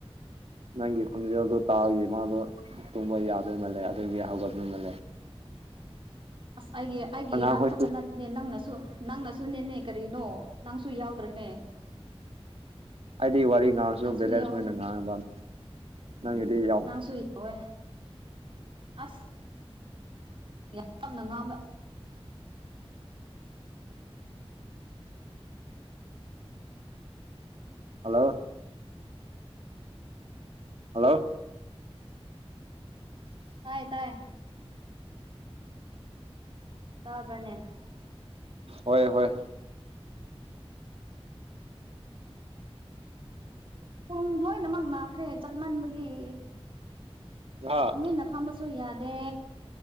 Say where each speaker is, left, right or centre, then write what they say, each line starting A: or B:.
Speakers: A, on the right; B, on the right.
A: ꯅꯪꯒꯤ ꯈꯣꯟꯖꯦꯜꯗꯣ ꯇꯥꯕꯒꯤ ꯃꯥꯗꯣ ꯇꯨꯝꯕ ꯌꯥꯗꯣꯏ ꯃꯥꯜꯂꯦ ꯑꯗꯨꯗꯒꯤ ꯍꯧꯒꯗꯣꯏꯃꯜꯂꯦ
B: ꯑꯁ ꯑꯩꯒꯤ ꯑꯩꯒꯤ
A: ꯑꯉꯥꯡꯈꯣꯏꯁꯨ
B: ꯏꯔꯥꯟ ꯈꯛꯇ ꯅꯠꯇꯦꯅꯦ ꯅꯪꯅꯁꯨ ꯅꯪꯅꯁꯨ ꯅꯦꯅꯦ ꯀꯔꯤꯅꯣ ꯅꯪꯁꯨ ꯌꯥꯎꯗ꯭ꯔꯅꯦ
A: ꯑꯩꯗꯤ ꯋꯥꯔꯤ ꯉꯥꯡꯉꯁꯨ
B: ꯅꯪꯁꯨ
A: ꯕꯦꯂꯦꯟꯁ
B: ꯌꯥꯎꯋꯦ
A: ꯑꯣꯏꯅ ꯉꯥꯡꯉꯕꯅꯤ ꯅꯪꯗ ꯌꯥ
B: ꯅꯪ ꯁꯨꯏꯔꯣꯋꯦ ꯑꯁ ꯌꯥꯝ ꯌꯥꯝꯅ ꯉꯥꯡꯅ
A: ꯍꯜꯂꯣ ꯍꯜꯂꯣ
B: ꯇꯥꯏ ꯇꯥꯏ ꯇꯥꯗ꯭ꯔꯅꯦ
A: ꯍꯣꯏ ꯍꯣꯏ
B: ꯄꯨꯡ ꯂꯣꯏꯅꯃꯛ ꯅꯥꯈ꯭ꯔꯦ ꯆꯠꯃꯟꯕꯒꯤ
A: ꯑꯣ
B: ꯇꯨꯃꯤꯟꯅ ꯐꯝꯕꯁꯨ ꯌꯥꯗꯦ